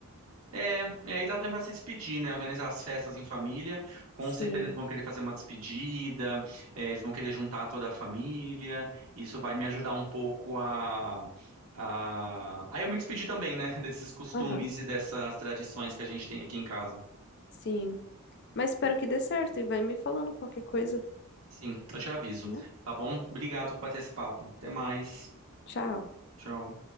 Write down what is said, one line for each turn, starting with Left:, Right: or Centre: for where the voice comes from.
Right: é, é aí dá também para se despedir, né? Organizar as festas em família. Com
Left: Sim.
Right: certeza eles vão querer fazer uma despedida. é, eles vão querer juntar toda a família. Isso vai me ajudar um pouco a a... Aí eu me despedir também, né? <laughs> Desses costumes
Left: Aham,
Right: e dessas tradições que a gente tem aqui em casa.
Left: sim. Mas espero que dê certo e vai me falando qualquer coisa,
Right: Sim, eu te aviso.
Left: né?
Right: Tá bom? Obrigado por ter esse papo. Até mais.
Left: Tchau.
Right: Tchau.